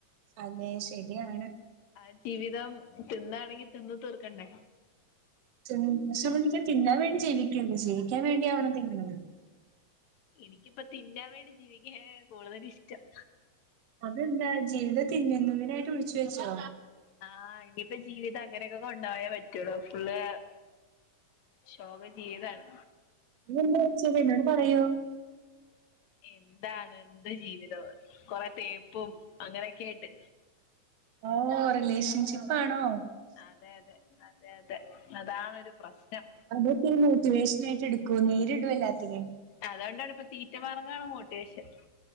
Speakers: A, on the right; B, on the left.
A: അതെ ശെരിയാണ്.
B: ആ ജീവിതം തിന്നാണെങ്കി തിന്ന് തീർക്കണ്ടേ?
A: എന്നെ സംബദ്ധിച്ച് തിന്നാ വേണ്ടി ജീവിക്കര്ത് ജീവിക്കാൻ വേണ്ടിയാവണം തിന്ന്ണത്.
B: എനിക്കിപ്പോ തിന്നാൻ വേണ്ടി ജീവിക്കാനാണ് കൂടുതലിഷ്ടം.
A: അതെന്താ ജീവിതൊക്കെ ഇങ്ങനെത്തനേയാണെന്ന് ഊഹിച്ചു വെച്ചോ?
B: ആഹ് ഇനിയിപ്പോ ജീവിതം അങ്ങനെക്കെ കൊണ്ടു പോയാേ പറ്റൊള്ളൂ ഫുള്ള്. ശോക ജീവിതാണ്.
A: ഇന്നെന്താ വെച്ചത് എന്നോട് പറയൂ.
B: എന്താണ് എന്ത് ജീവിതം! കൊറെ തേപ്പും അങ്ങനെയൊക്കെയായിട്ട്.
A: ഓ റിലേഷൻഷിപ്പാണോ?
B: അതെ അതെ അതെ അതെ അതാണൊരു പ്രശ്നം.
A: അതൊക്കൊരു മോട്ടിവേഷനായിട്ട് എടുക്കൂ നേരിടൂ എല്ലാത്തിനേം
B: അതൊണ്ടാണ്പ്പൊ തീറ്റ മാർഗാണ് മോടിവേഷൻ.